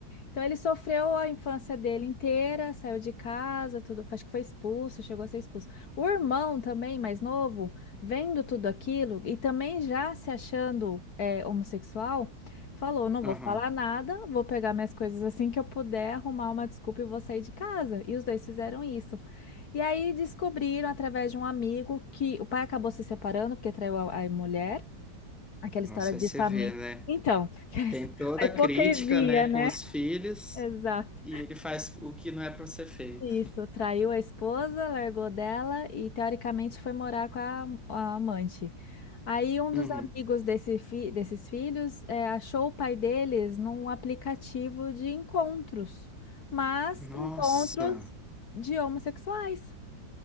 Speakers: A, on the left; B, in the centre.
A: Então ele sofreu a infância dele inteira, saiu de casa, tudo, acho que foi expulso, chegou a ser expulso. O irmão também, mais novo, vendo tudo aquilo e também já se achando é, homossexual, falou: não
B: Aham.
A: vou falar nada, vou pegar minhas coisas assim que eu puder, arrumar uma desculpa e vou sair de casa. E os dois fizeram isso. E aí descobriram através de um amigo que o pai acabou se separando porque traiu a, a mulher. Aquela
B: Nossa,
A: história de
B: aí você
A: família.
B: vê, né?
A: Então, <laughs>
B: Tem toda
A: a hipocrisia,
B: a crítica, né,
A: né?
B: com os filhos,
A: Exato.
B: e ele faz o que não é pra ser feito.
A: Isso, traiu a esposa, largou dela e teoricamente foi morar com a, a amante. Aí um dos
B: Uhum.
A: amigos desse fi- desses filhos eh, achou o pai deles num aplicativo de encontros, mas
B: Nossa,
A: encontros de homossexuais.